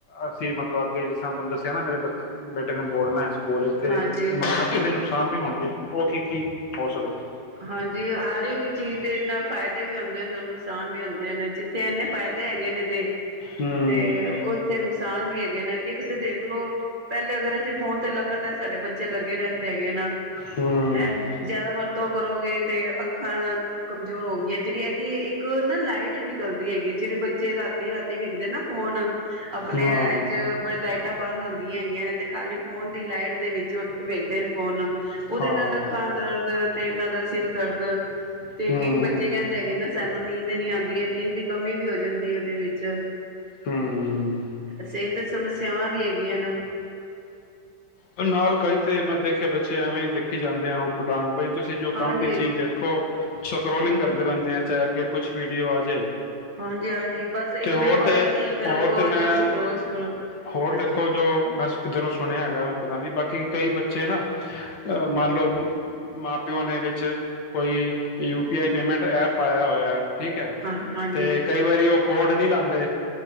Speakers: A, on the left; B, on the right.
A: ਅਸੀਂ ਮਤਲਬ ਅੱਗੇ ਜਿਸ ਤਰ੍ਹਾਂ ਤੁਹਾਨੂੰ ਦੱਸਿਆ ਨਾ ਮੇਰੇ ਬਚ ਬੇਟੇ ਨੇ ਬੋਲਨਾ। ਬੋਲੇ ਤੇ
B: ਹਾਂਜੀ
A: ਮੈ <inaudible> ਇਹਦੇ ਨੁਕਸਾਨ ਵੀ ਹੋਣ ਕੀ ਔ ਕੀ ਕੀ ਹੋ ਸਕਦੇ।
B: ਹਾਂਜੀ ਹਰ ਇੱਕ ਚੀਜ਼ ਦੇ ਇੰਨਾ ਫਾਇਦੇ ਦੇ ਵੀ ਹੁੰਦੇ ਤੇ ਨੁਕਸਾਨ ਵੀ ਹੁੰ ਦੇ ਨੇ ਜਿੱਥੇ ਇੰਨੇ ਫ਼ਾਇਦੇ ਹੈਗੇ ਨੇ ਇਹਦੇ,
A: ਹੂੰ
B: ਤੇ ਉੱਥੇ ਨੁਕਸਾਨ ਵੀ ਹੈਗੇ ਨੇ ਇੱਕ ਤੇ ਦੇਖਲੋ ਪਹਿਲੇ ਅਗਰ ਅਸੀਂ ਫੋਨ ਤੇ ਲਗਾਤਰ ਸਾਡੇ ਬੱਚੇ ਲੱਗੇ ਰਹਿੰਦੇ ਹੈਗੇ ਨਾ,
A: ਹੂੰ
B: ਹੈਂ। ਦਾ ਵਰਤੋਂ ਕਰੋਗੇ ਤੇ ਅੱਖਾਂ ਕਮਜ਼ੋਰ ਹੋ ਗੀਆ ਜਿਹੜੀ ਇਹਦੀ ਇੱਕ ਨਾ ਲਾਈਟ ਨਿਕਲਦੀ ਹੈਗੀ, ਜਿਹੜੇ ਬੱਚੇ ਬੱਚੇ ਰਾਤੀ-ਰਾਤੀ ਵੇਖਦੇ ਨਾ ਫੋਨ। ਆਪਣੇ
A: ਹਾਂ
B: ਇੰਝ, ਬੀ ਲਾਈਟਾਂ ਬੰਦ ਹੁੰਦੀਆਂ। ਹੈਗੀਆਂ ਨੇ ਤੇ ਖਾਲੀ ਫੋਨ ਦੀ ਲਾਈਟ ਦੇ ਵਿੱਚ, ਉਹ ਵੇਖਦੇ ਨੇ ਫੋਨ। ਉਹਦੇ
A: ਹਾਂ
B: ਨਾਲ ਅੱਖਾਂ ਦਰਦ ਤੇ ਇਹਨਾਂ ਦਾ ਸਿਰ ਦਰਦ ਤੇ
A: ਹੂੰ
B: ਕਈ ਬੱਚੇ ਕਹਿੰਦੇ ਹੈਗੇ ਨਾ ਸਾਨੂੰ ਨੀਂਦ ਨੀ ਆਦੀ ਦੀ ਹੈ ਨੀਂਦ ਦੀ ਕਮੀ ਵੀ ਹੋ ਜਾਂਦੀ ਔਹਦੇ ਵਿੱਚ। ਆ
A: ਹੂੰ
B: ਸੇਹਤ, ਤੇ ਸਮੱਸਿਆਵਾਂ ਵੀ ਹੈਗੀਆਂ। ਵੀ ਹੈ ਨਾ।
A: ਤੇ ਨਾਲ ਕਈ ਤੇ ਮੈਂ ਦੇਖੇ, ਬੱਚੇ ਐਵੇਂ ਹੀ ਦੇਖੀ ਜਾਂਦੇ ਆ ਉਹ ਪਟਾਂਗ ਭਾਈ ਤੁਸੀਂ ਜੋ
B: ਹਾਂਜੀ
A: ਕੰਮ ਦੀ ਚੀਜ਼ ਦੇਖੋ। ਸਕਰੋਲਿੰਗ
B: ਹਾਂ
A: ਕਰਦੇ ਰਹਿੰਦੇ ਆ ਚਾਹੇ ਅੱਗੇ ਕੁਛ ਵੀਡੀਓ ਆ ਜਾਵੇ
B: ਹਾਂਜੀ-ਹਾਂਜੀ ਬਸ ਇੱਕ
A: ਤੇ ਹੋਰ
B: ਵੀਡੀਓ
A: ਤੇ,
B: ਆਈ ਨੀ ਫੇਰ
A: ਹੋਰ
B: ਅੱਗੋਂ
A: ਤੇ ਮੈਂ,
B: ਜੋ ਸਕਰੋਲ ਸਕਰੋ
A: ਹੋਰ
B: ਹਾਂਜੀ
A: ਦੇਖੋ ਜੋ ਮੈਂ ਕਿੱਧਰੋਂ ਸੁਣਿਆ ਹੈਗਾ। ਨਹੀਂ, ਬਾਕੀ ਕਈ ਬੱਚੇ ਨਾ ਮੰਨ ਲਓ, ਮਾਂ-ਪਿਓ ਨੇ ਵਿੱਚ, ਕੋਈ U P I payment app ਪਾਇਆ ਹੋਇਆ। ਠੀਕ ਹੈ
B: ਹਾਂ ਹਾਂਜੀ
A: ਤੇ ਕਈ ਵਾਰੀ ਉਹ ਕੋਡ ਨੀ ਲਾਂਦੇ।